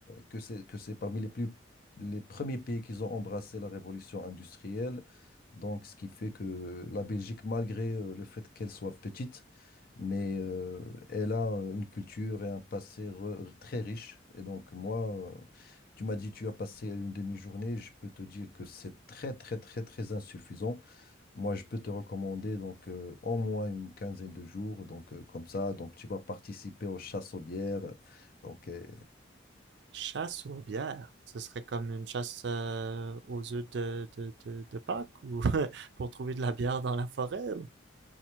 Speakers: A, on the left; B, on the right.
A: que c'est que c'est parmi les plus les premiers pays qui ont embrassé la révolution industrielle. Donc, ce qui fait que la Belgique, malgré euh, le fait qu'elle soit petite, mais euh, elle a euh, une culture et un passé re- très riche. Et donc, moi, euh, tu m'as dit tu as passé une demi-journée. Je peux te dire que c'est très, très, très, très insuffisant moi, je peux te recommander donc euh, au moins une quinzaine de jours, donc euh, comme ça, donc tu vas participer aux chasses aux bières. Donc, euh,
B: Chasse aux bières, ce serait comme une chasse euh, aux œufs de, de, de, de Pâques ou <laughs> pour trouver de la bière dans la forêt ou...